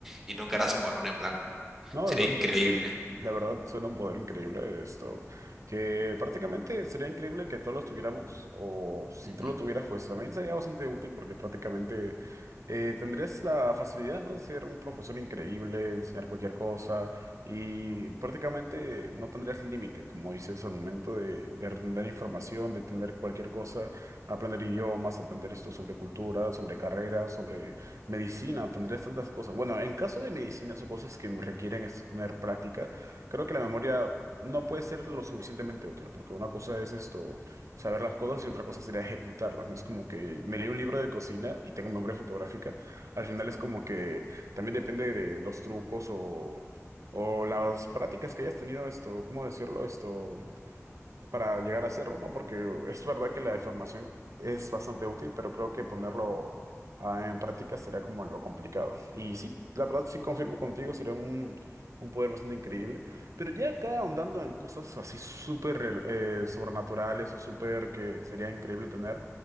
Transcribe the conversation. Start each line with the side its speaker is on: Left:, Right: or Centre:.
Centre: y nunca harás un borrón en blanco. ¿no?
Right: No,
Centre: Sería
Right: es verdad,
Centre: increíble.
Right: de hecho. La verdad suena un poder increíble esto, que prácticamente sería increíble que todos los tuviéramos, o si
Centre: Ujú,
Right: tú lo tuvieras, pues también sería bastante útil porque prácticamente eh, tendrías la facilidad, ¿no? Ser un profesor increíble, enseñar cualquier cosa y prácticamente no tendrías límite, como dices, al momento de, de entender información, de entender cualquier cosa, aprender idiomas, aprender esto sobre cultura, sobre carreras, sobre Medicina, tendrías tantas cosas. Bueno, en caso de medicinas o cosas que requieren esto tener práctica, creo que la memoria no puede ser lo suficientemente útil, porque una cosa es esto, saber las cosas y otra cosa sería ejecutarlas, ¿no? Es como que me leí un libro de cocina y tengo memoria fotográfica. Al final es como que también depende de los trucos o, o las prácticas que hayas tenido esto, ¿cómo decirlo? Esto para llegar a hacerlo, ¿no? Porque es verdad que la información es bastante útil, pero creo que ponerlo ah, en práctica sería como lo complicado. Y sí, la verdad sí confirmo contigo, sería un, un poder bastante increíble. Pero ya acá ahondando en cosas así súper eh, sobrenaturales o súper que sería increíble tener.